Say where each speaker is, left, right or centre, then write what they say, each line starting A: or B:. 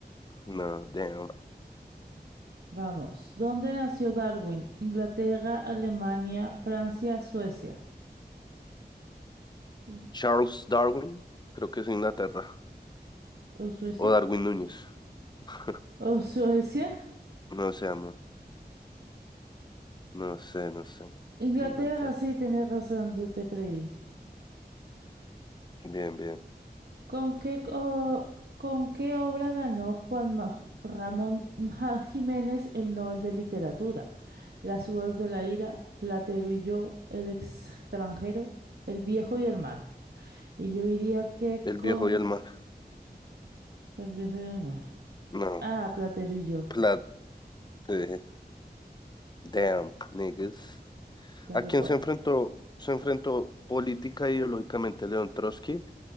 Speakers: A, on the left; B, on the right.
A: No, damn.
B: Vamos. ¿Dónde nació Darwin? ¿Inglaterra, Alemania, Francia, Suecia? Mm.
A: Charles Darwin, creo que es Inglaterra.
B: ¿O Suecia?
A: O Darwin Núñez. <laughs>
B: ¿O Suecia?
A: No sé, amor. No sé, no sé.
B: Inglaterra,
A: Inglaterra.
B: sí, tenés razón, yo te creí.
A: Bien, bien.
B: ¿Con qué, co- con qué obra ganó Juan Maj- Ramón <laughs> Ja- Jiménez el Nobel de Literatura? Las uvas de la ira, Platero y yo, El extranjero, El viejo y el mar. Y yo diría que
A: El
B: con
A: viejo y el mar.
B: El viejo y el mar.
A: No.
B: Ah, Platero y yo.
A: Plat. eh, Damn, niggas.
B: Dale
A: ¿A quién
B: pues.
A: se enfrentó? Se enfrentó política e ideológicamente León Trotsky